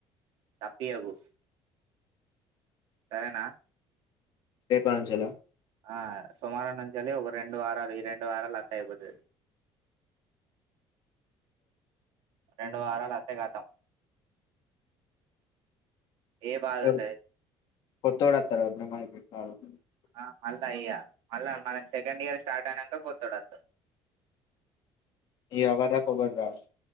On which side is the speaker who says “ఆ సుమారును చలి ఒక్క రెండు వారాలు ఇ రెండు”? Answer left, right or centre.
Right